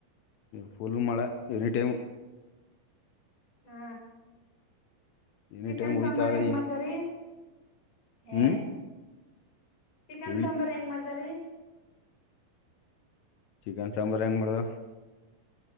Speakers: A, on the left; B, on the left.
A: ಫುಲ್ ಮಳೆ ಎನಿ ಟೈಮ್.
B: ಹಾ
A: ಎನಿ
B: ಚಿಕನ್
A: ಟೈಮ್ ಹೋಯ್ತಾ
B: ಸಾಂಬಾರ್
A: ಅದ
B: ಹೆಂಗ್
A: ಈ
B: ಮಾಡ್ದರಿ ಹೇ
A: ಹ್ಮ್
B: ಚಿಕನ್
A: ಉಳ್ಳಿ
B: ಸಾಂಬಾರು ಹೆಂಗ್ ಮಾಡ್ದ ರೀ
A: ಚಿಕನ್ ಸಾಂಬಾರ್ ಹೆಂಗ್ ಮಾಡ್ದ